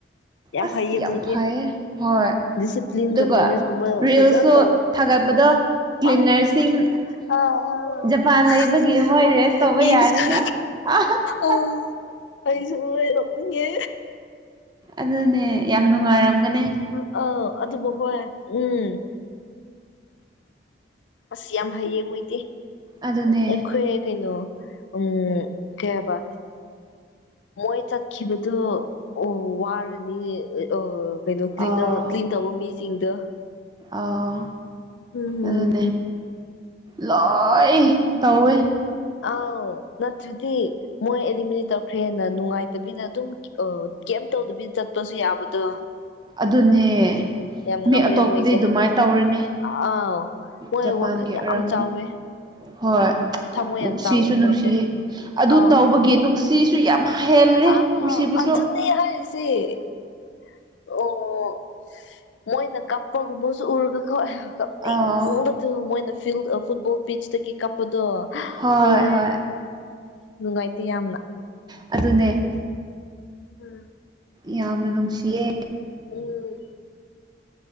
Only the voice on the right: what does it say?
ꯑꯁ
ꯌꯥꯝ
ꯐꯩꯌꯦ ꯍꯣꯏ
ꯑꯗꯨꯒ
ꯔꯤꯜꯁꯨ
ꯊꯥꯒꯠꯄꯗꯣ ꯀ꯭ꯂꯤꯟꯅꯔꯁꯤꯡ
ꯖꯄꯥꯟ ꯂꯩꯕꯒꯤ ꯃꯣꯏ
ꯔꯦꯁ ꯇꯧꯕ
ꯌꯥꯅꯤꯅ ꯑ
ꯑꯗꯨꯅꯦ ꯌꯥꯝ ꯅꯨꯡꯉꯥꯏꯔꯝꯒꯅꯦ
ꯑꯗꯨꯅꯦ
ꯑꯥ
ꯑꯥ
ꯑꯗꯨꯅꯦ ꯂꯣꯏ ꯇꯧꯋꯦ
ꯑꯗꯨꯅꯦ
ꯃꯤ ꯑꯇꯣꯞꯄꯗꯤ
ꯑꯗꯨꯃꯥꯏꯅ ꯇꯧꯔꯤꯅꯦ
ꯖꯄꯥꯟꯒꯤ
ꯑꯣꯏꯔꯝꯅꯤ
ꯍꯣꯏ
ꯅꯨꯡꯁꯤꯁꯨ
ꯅꯨꯡꯁꯤꯌꯦ
ꯑꯗꯨ
ꯇꯧꯕꯒꯤ ꯅꯨꯡꯁꯤ ꯁꯤꯁꯨ ꯌꯥꯝ ꯍꯦꯜꯂꯤ
ꯅꯨꯡꯁꯤꯕꯁꯨ
ꯑꯥ
ꯍꯣꯏ
ꯍꯣꯏ
ꯑꯗꯨꯅꯦ
ꯌꯥꯝꯅ ꯅꯨꯡꯁꯤꯌꯦ